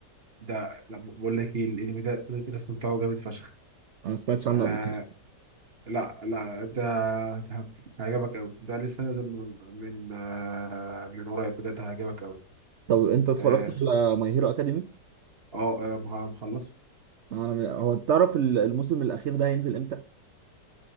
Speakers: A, on the right (about 35°); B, on the right (about 80°).
A: ده لا بقول لك ايه الانمي ده الرسم بتاعه جامد فشخ
B: انا ما سمعتش عنه
A: آه
B: قبل كده
A: لا لا ده ده هيعجبك قوي ده لسه نازل من من آه من قريب بجد هيعجبك قوي
B: طب انت اتفرجت
A: اه
B: على ماي هيرو اكاديمي
A: آه، آه، مخ- مخلصه
B: انا هو تعرف ال- الموسم الاخير ده هينزل امتى